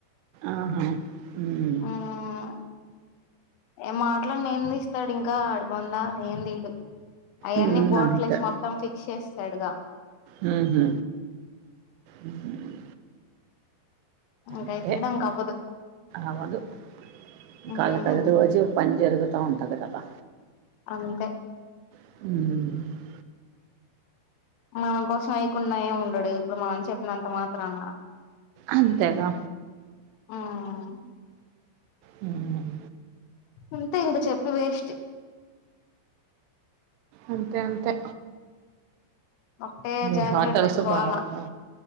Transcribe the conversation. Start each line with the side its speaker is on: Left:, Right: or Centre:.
Right: ఆహ మ్
Left: ఉమ్ ఏ మాట్లాడిన ఏం తీస్తాడు ఇంకా వాడి బొంద ఏం తీయడు అయన్నీ
Right: ఉమ్,
Left: బోట్లెసి
Right: అంతే
Left: మొత్తం ఫిక్స్ చేసాడుగా
Right: మ్ హు మ్
Left: ఇంక
Right: అంతే
Left: అయి తీయడానికి అవ్వదు
Right: అవ్వదు. ఇంక
Left: ఉమ్
Right: ఆళ్లకి అది రోజు పని జరుగుతా ఉంటాది కదా
Left: అంతె
Right: మ్
Left: మనం కోసం వెయ్యకుండా ఏం ఉండడు ఇప్పుడు మనం చెప్పినంత మాత్రాన
Right: అంతేగా
Left: ఉమ్
Right: మ్
Left: అంతే ఇంకా చెప్పి వేస్ట్
Right: అంతే అంతే
Left: ఒకటే
Right: ఈ
Left: జనరేటర్
Right: హాటల్స్
Left: గోల
Right: బాగా